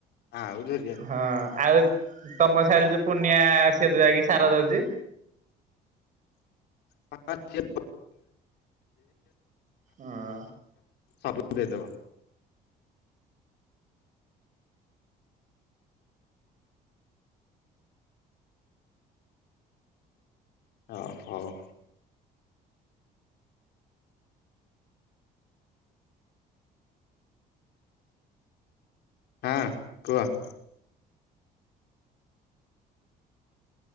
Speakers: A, on the left; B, on the right.
A: ଆଉ ଝ
B: ହଁ ଆଉ ତମ ସାଙ୍ଗେରେ ଯୋଉ ପୁନିଆ ସେତ ଯାଇକି ସାର ଦଉଛି।
A: ହଁ <inaudible>
B: ହଁ
A: ସବୁଠି ଦେଇଦବ। ହ ହଉ। ହଁ କୁହ